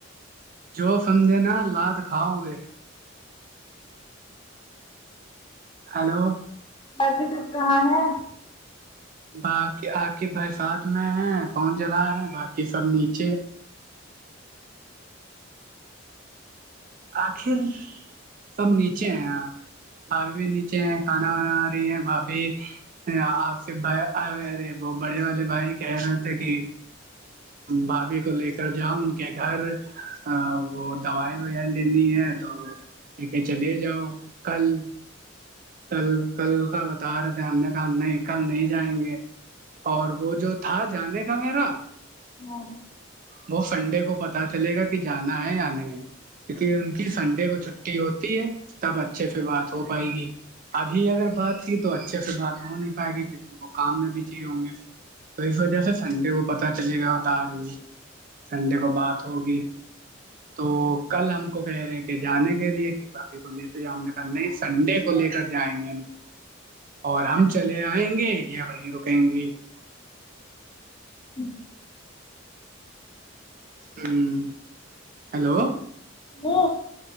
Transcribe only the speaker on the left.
باقی سب کہاں ہے
ہاں
ا
وہ